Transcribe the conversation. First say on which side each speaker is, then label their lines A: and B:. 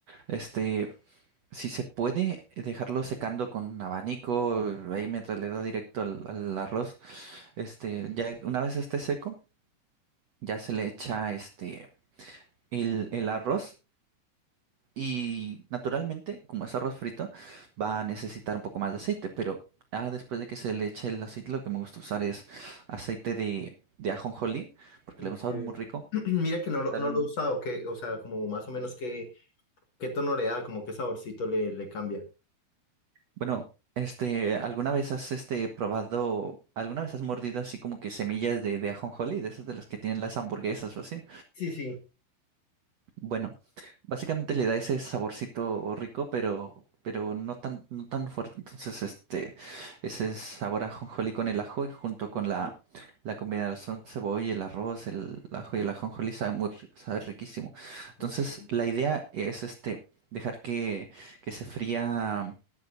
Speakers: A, on the right; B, on the left.
A: este, si se puede eh, dejarlo secando con un abanico, ahí mientras le da directo al, al arroz, este, ya una vez esté seco, ya se le echa este el, el arroz Y naturalmente, como es arroz frito, va a necesitar un poco más de aceite, pero ah, después de que se le eche el aceite, lo que me gusta usar es aceite de, de ajonjolí, porque
B: ok.
A: le da un sabor muy rico.
B: <clears throat> Mira que no lo,
A: Claro,
B: no lo
A: ¿no?
B: he usado, que, o sea, como más o menos qué, qué tono le da, como qué saborcito le, le cambia.
A: Bueno, este, ¿alguna vez has este probado, alguna vez has mordido así como que semillas de, de ajonjolí, de esas de las que tienen las hamburguesas o así?
B: Sí, sí.
A: Bueno, básicamente le da ese saborcito rico, pero, pero no tan, no tan fuerte. Entonces, este, ese sabor a ajonjolí con el ajo y junto con
B: Ok,
A: la, la combinación cebolla, el arroz, el ajo y el ajonjolí sabe muy, ri- sabe riquísimo. Entonces,
B: ok,
A: la idea es este, dejar que, que se fría,